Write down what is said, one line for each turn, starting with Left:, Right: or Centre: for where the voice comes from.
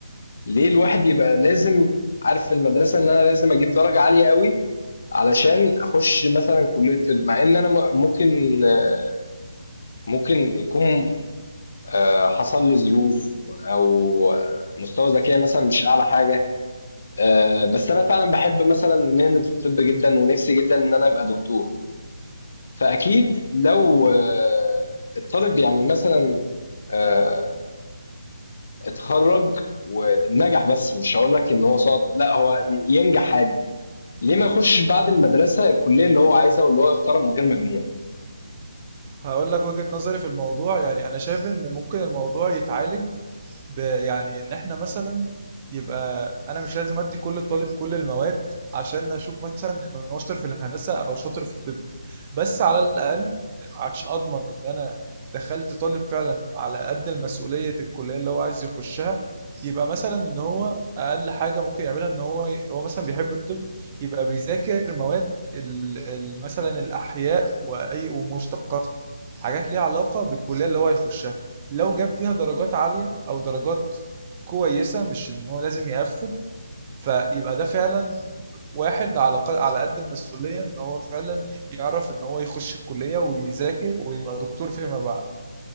Left: ليه الواحد يبقى لازم عارف في المدرسة إن أنا لازم أجيب درجة عالية أوي علشان أخش مثلًا كلية طب، مع إن أنا م ممكن آه، ممكن يكون آه، حصل لي ظروف أو آه، مستوى ذكائي مثلًا مش أعلى حاجة، آآ بس أنا فعلًا باحب مثلًا مهنة الطب جدًا ونفسي جدًا إن أنا أبقى دكتور، فأكيد لو آه، الطالب يعني مثلًا آآ اتخرّج ونجح بس مش هاقول لك إن هو سقط، لأ هو ي ينجح عادي. ليه ما يخشش بعد المدرسة الكلية اللي هو عايزها واللي هو يختارها من غير مجموع
Right: هقول لك وجهة نظري في الموضوع يعني انا شايف ان ممكن الموضوع يتعالج ب- يعني ان احنا مثلا يبقى انا مش لازم ادي كل طالب كل المواد عشان اشوف مثلا ان هو شاطر في الهندسه او شاطر في الطب بس على الاقل عشان اضمن ان انا دخلت طالب فعلا على قد المسؤوليه الكليه اللي هو عايز يخشها يبقى مثلا ان هو اقل حاجه ممكن يعملها ان هو ي- هو مثلا بيحب الطب يبقى بيذاكر مواد ال- ال- مثلا الاحياء واي ومشتقاتها حاجات ليها علاقه بالكليه اللي هو هيخشها لو جاب فيها درجات عالية أو درجات كويسة مش إن هو لازم يقفل فيبقى ده فعلا واحد على ق- على قد المسؤولية إن هو فعلا يعرف إن هو يخش الكلية ويذاكر ويبقى دكتور فيما بعد